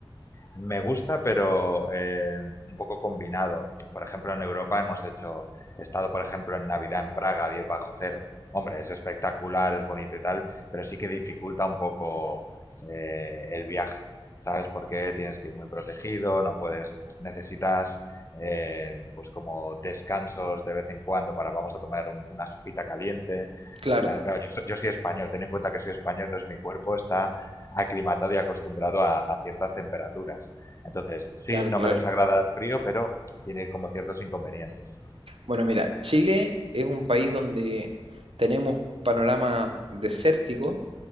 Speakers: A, on the left; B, on the right.
A: Me gusta, pero eh, un poco combinado. Por ejemplo, en Europa hemos hecho, he estado, por ejemplo, en Navidad en Praga, a 10 bajo cero. Hombre, es espectacular, es bonito y tal, pero sí que dificulta un poco eh, el viaje, ¿sabes? Porque tienes que ir muy protegido, no puedes, necesitas eh, pues como descansos de vez en cuando para vamos a tomar un- una sopita caliente
B: Claro,
A: y tal. Claro, yo, so- yo soy español, ten en cuenta que soy español, entonces mi cuerpo está aclimatado y acostumbrado a, a ciertas temperaturas. Entonces, sí,
B: claro,
A: no
B: claro.
A: me desagrada el frío, pero tiene como ciertos inconvenientes.
B: Bueno, mira, Chile es un país donde tenemos panoramas desérticos